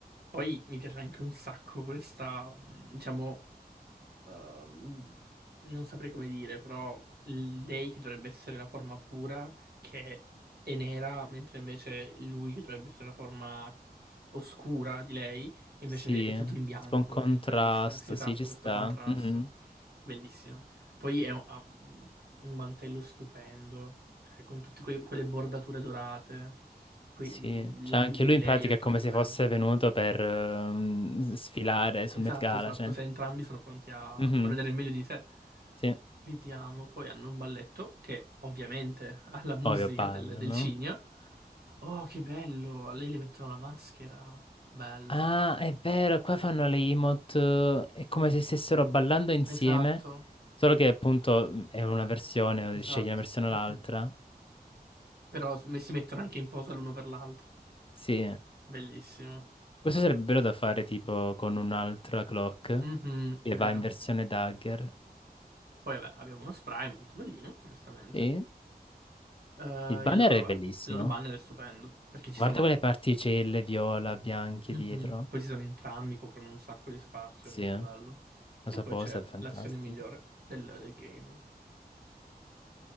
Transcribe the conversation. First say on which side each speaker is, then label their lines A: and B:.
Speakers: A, on the right; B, on the left.
A: Poi mi piace anche un sacco questa, mm, diciamo. ehm, non saprei come dire, però lei che dovrebbe essere la forma pura, che è nera, mentre invece lui che dovrebbe essere la forma oscura di lei, invece
B: sì,
A: è tutto in bianco,
B: tipo un contrasto,
A: è bellissimo, si esatto,
B: sì, ci sta.
A: questo contrasto,
B: Mhm,
A: bellissimo. Poi è un, ha un mantello stupendo, cioè con tutte que- quelle bordature dorate, quei-
B: Sì, cioè
A: l'abito
B: anche lui
A: di
B: in
A: lei
B: pratica
A: è anche
B: è come
A: stupendo.
B: se fosse venuto per ehm, sfilare sul
A: Esatto,
B: Met Gala,
A: esatto,
B: cioè.
A: cioè entrambi sono pronti a
B: Mhm,
A: far vedere il meglio di sé.
B: Sì,
A: Vediamo, poi hanno un balletto che ovviamente ha la musica
B: ovvio, ballo,
A: del, del
B: no?
A: cigno. Oh, che bello! A lei le mettono la maschera. Bello.
B: Ah, è vero, qua fanno le emote, eh, è come se stessero ballando insieme,
A: Esatto,
B: solo che appunto mh, è una versione,
A: esatto.
B: scegli una versione
A: Mhm.
B: o l'altra.
A: Però s- si mettono anche in posa l'uno per l'altra.
B: Sì,
A: Bellissimo.
B: questo sarebbe bello da fare tipo con un'altra clock
A: Mhm,
B: che
A: vero.
B: va in versione dagger.
A: Poi vabbè, abbiamo uno spray molto bellino, onestamente.
B: Sì,
A: Eh,
B: il banner
A: il loro,
B: è
A: vabbè,
B: bellissimo.
A: il loro banner è stupendo, perché ci
B: Guarda
A: sono
B: quelle particelle viola, bianche
A: Mhm.
B: dietro.
A: Poi ci sono entrambi, coprono un sacco di spazio,
B: Sì,
A: è molto
B: lo
A: bello. E
B: saposa
A: poi c'è
B: è fantastica.
A: l'azione migliore del, del game.